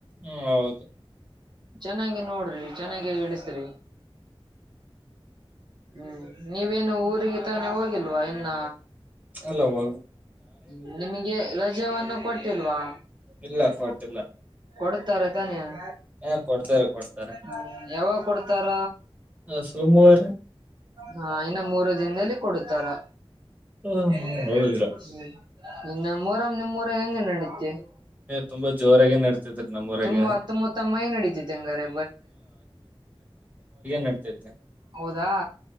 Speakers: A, on the right; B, on the right.
A: ಹ್ಮ್ ಹೌದು
B: ಚೆನ್ನಾಗಿ ನೋಡ್ರಿ ಚೆನ್ನಾಗಿ ಇಿಸ್ರಿ ಹ್ಮ ನೀವೇನು ಊರಿಗೆ ತಾನೇ ಹೋಗಿಲ್ವಾ ಇನ್ನ
A: ಅಲ್ಲೋಗ್ಬ
B: ಹ್ಮ ನಿಮಗೆ ರಜಾವವನ್ನು ಕೊಟ್ಟಿಲ್ವಾ
A: ಇಲ್ಲ ಕೊಟ್ಟಿಲ್ಲ
B: ಕೊಡ್ತಾರ ತಾನೇ <inaudible>
A: ಹಾ ಕೊಡ್ತಾರೆ ಕೊಡ್ತಾರೆ
B: ಹ್ಮ್ ಯಾವಾಗ ಕೊಡ್ತಾರ
A: ಹ ಸೋಮವಾರ
B: ಹ ಇನ್ನು ಮೂರು ದಿನದಲ್ಲಿ <inaudible> ಕೊಡ್ತಾರ
A: ಹ
B: ಹ್ಮ
A: ಹ ಹೌದ್ರು
B: ಇನ್ನಮ್ಮರ್ ನಿಮ ಮುರ ಎಂಗಡಕ್ಕೆ <inaudible>
A: ತುಂಬಾ ಜೋರಾಗೆ ನಡತಿದ್ರ ನಮ್ಮೂರಗೆ
B: ತುಂಬಾ ಅತ್ತುಮುತ್ತ ಮೈ ನಡೀತಿದೆ ಹಂಗಾರೆ
A: ನಡ್ತೈತೆ
B: ಹೌದಾ